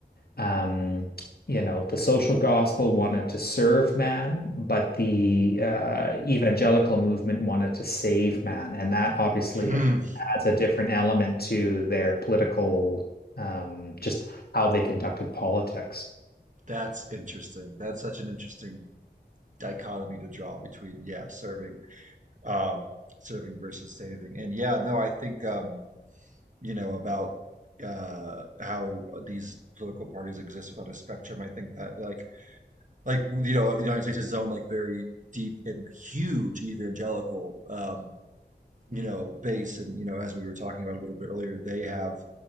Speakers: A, on the left; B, on the right.
A: um, you know, the social gospel wanted to serve man, but the uh, evangelical movement wanted to save man. And that obviously
B: Hmm.
A: adds a different element to their political um just how they conducted politics.
B: That's interesting. That's such an interesting dichotomy to draw between yeah serving um, serving versus saving and yeah no I think um, you know about uh, how these political parties exist without a spectrum I think that like like you know the United States is own like very deep and huge evangelical um, you know, base. And, you know, as we were talking about a little bit earlier, they have